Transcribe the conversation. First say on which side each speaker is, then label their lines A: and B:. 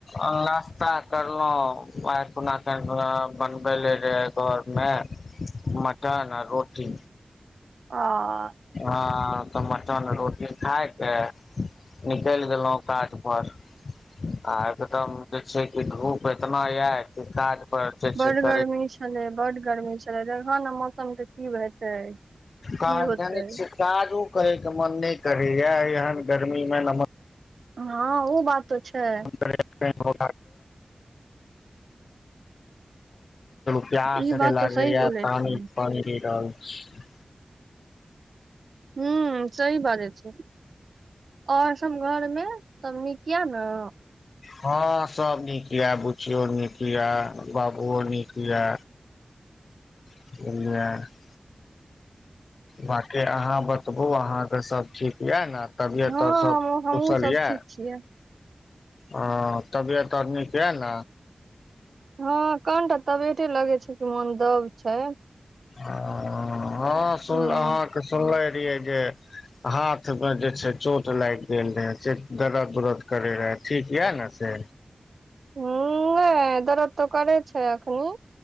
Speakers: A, on the left; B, on the right.
A: अ लास्ता करलौं <unintelligible> बनबै ले रहै तोहर मए मटन आ रोटी
B: आ
A: अ तऽ मटन रोटी खायके निकेल गेलो काटपर आ एकदम जे छै कि धूप एतना यऽ कि काज <inaudible>
B: बड गर्मी छलै बड गर्मी छलै देखह ने मौसम के की हेतै की
A: काज
B: होतै
A: जाने छीय काजो करे के मन नय करैया एहन गर्मी मे न
B: हँ ओ बात तऽ छैय
A: <inaudible> चलू प्यास
B: ई
A: एते
B: बात
A: लागेया
B: तऽ सही बोलै
A: पानी
B: छी
A: पानि <inaudible> रहल छी
B: हू सही बाजै छीय ओर सब घर मे सब नीकये न
A: हँ सब नीक ये बुच्चियो नीक ये बाबुओ नीक ये <unintelligible> बाँकी अहाँ बतबू अहाँके सब ठीक यऽ ने तबियत
B: हँ
A: अर सब
B: हमहुँ
A: कुशल
B: सब
A: ये
B: ठीक छियै
A: अ तबियत आर नीक य न
B: हँ कनटा तबियते लगे छै कि मन दब छै
A: ह हँ <unintelligible> सुन
B: ह ह
A: अहाँके सुनले रहियै जे हाथ मे जे छै चोट लाएग गेल रहै से दरद उरद करे रहए ठीक यए ने से
B: <unintelligible> नय दरद तऽ करे छै एखनी